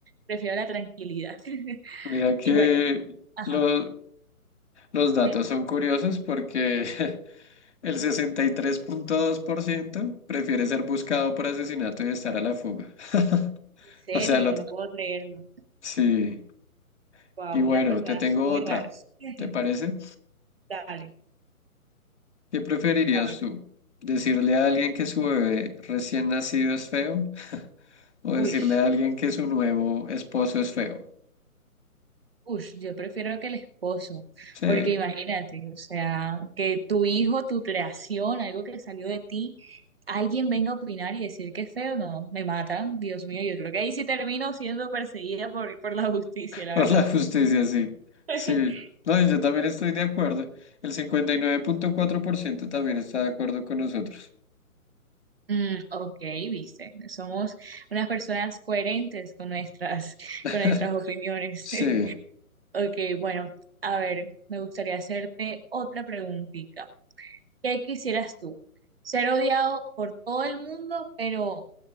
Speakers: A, on the right (about 40°); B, on the left (about 50°).
A: Prefiero la tranquilidad. <laughs>
B: Mira que
A: Y bueno, ajá,
B: lo- los datos
A: ¿sí?
B: son curiosos porque <laughs> el 63.2% prefiere ser buscado por asesinato y estar a la fuga. <laughs>
A: En serio,
B: O sea, lo
A: no puedo creerlo.
B: sí.
A: Wow,
B: Y bueno,
A: las personas
B: te tengo
A: son muy
B: otra.
A: raras. <laughs>
B: ¿Te parece?
A: Dale,
B: ¿Qué preferirías
A: a ver.
B: tú? ¿Decirle a alguien que su bebé recién nacido es feo? O decirle
A: Uy.
B: a alguien que su nuevo esposo es feo.
A: Ush, yo prefiero que el esposo,
B: Sí,
A: porque imagínate,
B: <laughs>
A: o sea, que tu hijo, tu creación, algo que salió de ti, alguien venga a opinar y decir que es feo, no, me matan, Dios mío, yo creo que ahí sí termino siendo perseguida por, por la justicia, la
B: por
A: verdad.
B: la justicia, sí.
A: <laughs>
B: Sí. No, y yo también estoy de acuerdo. El cincuenta y nueve punto cuatro por ciento también está de acuerdo con nosotros.
A: Mm, ok, viste, somos unas personas coherentes con nuestras,
B: <laughs>
A: con nuestras opiniones.
B: Sí.
A: <laughs> Ok, bueno, a ver, me gustaría hacerte otra preguntita. ¿Qué quisieras tú? ¿Ser odiado por todo el mundo, pero